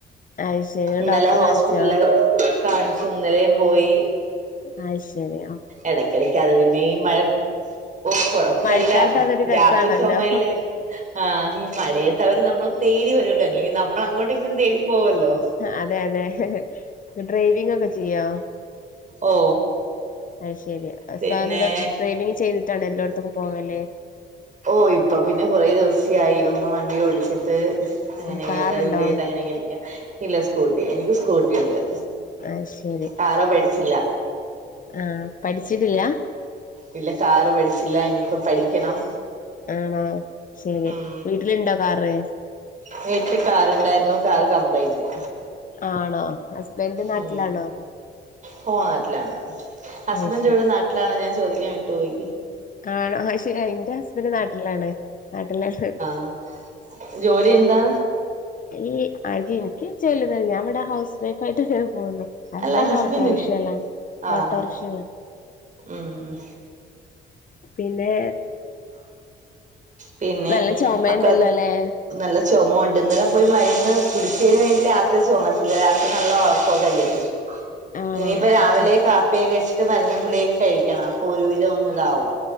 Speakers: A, on the left; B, on the right.
A: അത് ശരി
B: ഇന്നലെ
A: ഡോക്ടറെ
B: ഹോസ്പിറ്റലൊക്കെ
A: കാണിച്ചോ
B: കാണിച്ചു ഇന്നലും പോയി
A: അയ്ശരി
B: ഇടയ്ക്കിടക്ക് അത് പിന്നെ ഈ മഴ ഓഹ് കൊഴപ്പില്ല
A: മഴക്കാലത്ത് അതൊരു രസാണല്ലോ
B: രാത്രി ചൊമല്ലാര്ന്ന് ആഹ് ഈ മഴയത്ത് അവര് നമ്മൾ തേടി വരുല്ലോ അല്ലെങ്കിൽ നമ്മൾ അങ്ങോട്ടെങ്കിലും തേടി പോകല്ലോ
A: അതെ അതെ ഡ്രൈവിങ് ഒക്കെ ചെയ്യോ
B: ഓ
A: അയ് ശരി
B: പിന്നെ
A: സ്വന്തം ഡ്രൈവിങ് ചെയ്തിട്ടാണ് എല്ലായിടത്തക്കും പോകല്ലേ
B: ഓഹ് ഇപ്പ പിന്നെ കുറേ ദിവസ്യ ആയി ഒന്ന് വണ്ടി ഓടിച്ചി ത് അങ്ങനെതത്
A: കാറുണ്ടോ
B: അങ്ങനെ കെരിക്ക ഇല്ല സ്കൂട്ടി എനിക്ക് സ്കൂട്ടി ഉണ്ട്
A: അത് ശരി
B: കാറ് മേടിച്ചില്ല
A: ആഹ് പഠിച്ചിട്ടില്ല
B: ഇല്ല കാറ് പഠിച്ചില്ല ഇനിപ്പ പഠിക്കണം
A: ആണോ ശരി
B: ഉം
A: വീട്ടിലിണ്ടോ കാറ്
B: വീട്ടില് കാറണ്ടായിരുന്നു കാറ് കംമ്പ്ലൈന്റ്....
A: ആണോ.... ഹസ്ബൻഡ് നാട്ടിലാണോ
B: ഉം പോ നാട്ടിലാണ് ഹസ്ബൻഡ്
A: അത് ശരി
B: ഇവിടെ...... ണ ഞാ ചോദിക്കൻ വിട്ടുപോയി.....
A: ആണോ ആഹ് ശരിയ എന്റെ ഹസ്ബൻഡ് നാട്ടിലാണ് നാട്ടിലാ....
B: ആ..... ജോലി എന്താ....
A: ഈ അത് എനിക്ക് ചെല്ലുത് ഞാൻ ഇവിടെ ഹൗസ് വൈഫ ആയിട്ട്ങ്ങഞാൻ പോവുന്നു.... ഹസ്ബൻഡ്
B: അല്ല ഹസ്ബൻഡിന്
A: ഓട്ടോറിക്ഷലാ
B: ആഹ്
A: ഓട്ടോറിക്ഷയല്ലാം.....
B: ഉം....
A: പിന്നെ....
B: പിന്നെ
A: നല്ല ചുമയുണ്ടല്ലോ
B: മക്കളെ...
A: അല്ലേ
B: നല്ല ചുമ ഉണ്ട് ഇന്നലെ പോയി മരുന്ന് കുടിച്ചതിന് വേണ്ടി രാത്രി ചുമച്ചില്ല രാത്രി നല്ല ഉറപ്പമൊക്കെരുട്ടത്....
A: ആണോ
B: ഇനിയിപ്പ രാവിലെ
A: പക്ഷെ
B: കാപ്പിയക്ക കഴിച്ചിട്ട് മരണം ഗുളിയൊക്കെ കഴിക്കണം അപ്പൊ ഒരുവിധം ഒന്ന ഇതാവും....